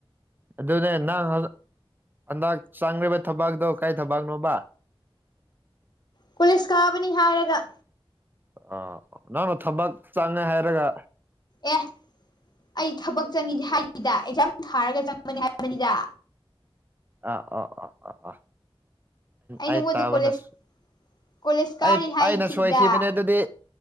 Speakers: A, on the right; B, on the left.
A: ꯑꯗꯨꯅꯦ ꯅꯪ ꯍꯟꯗꯛ ꯆꯪ꯭ꯒꯔꯤꯕ ꯊꯕꯥꯛꯇꯣ ꯀꯩ ꯊꯕꯛꯅꯣꯕ
B: ꯀꯣꯂꯦꯁ ꯀꯥꯕꯅꯤ ꯍꯥꯏꯔꯒ
A: ꯑꯥ ꯅꯪꯅ ꯊꯕꯛ ꯆꯪꯉꯦ ꯍꯥꯏꯔꯒ
B: ꯑꯦ ꯑꯩ ꯊꯕꯛ ꯆꯪꯉꯤ ꯍꯥꯏꯗꯦꯗ ꯑꯦꯛꯖꯥꯝ ꯊꯥꯔꯒ ꯆꯪꯕꯅꯤ ꯍꯥꯏꯕꯅꯤꯗ
A: ꯑꯥ ꯑꯥ ꯑꯥ ꯑꯥ ꯑꯥ ꯑꯩ
B: ꯅꯉꯣꯟꯗ
A: ꯇꯥꯕꯅ
B: ꯀꯣꯂꯦꯖ
A: ꯁꯨ
B: ꯀꯣꯂꯦꯖ ꯀꯥꯔꯤ
A: ꯑꯩ
B: ꯍꯥꯏꯈꯤꯗ
A: ꯑꯩꯅ ꯁꯣꯏꯈꯤꯕꯅꯦ ꯑꯗꯨꯗꯤ